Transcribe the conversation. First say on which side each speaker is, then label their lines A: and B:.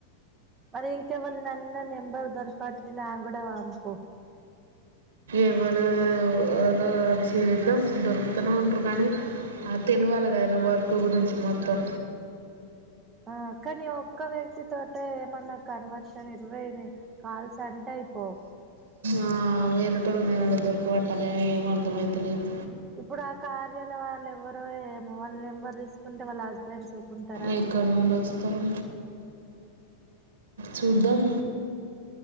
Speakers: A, on the right; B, on the right.
A: మరి ఇంకెవల్నన్న నెంబర్ దొరకట్టనా ఆగుడ అంపు
B: ఎవను అదొ చేద్దాం దొరుకుతూనే ఉంటారు కానీ తెలివాలగాయినా వర్క్ గురించి మొత్తం
A: ఆ కానీ ఒక్క వ్యక్తి తోట ఏమన్నా కన్వర్షన్ ఇరవయినా కాల్స్ అంటే ఓ
B: ఆ వేరటోళ్ళ నేను దొరకబట్టాలి ఏం అర్థంమయితులేదు
A: ఇప్పుడు ఆ కార్యాల వాళ్ళు ఎవరోమొవాళ్లు నెంబర్ తీసుకుంటే వాళ్ళ హస్బెండ్స్ ఒప్పుకుంటారా
B: ఏక్కనున్నస్ ఇస్తారు చూద్దాం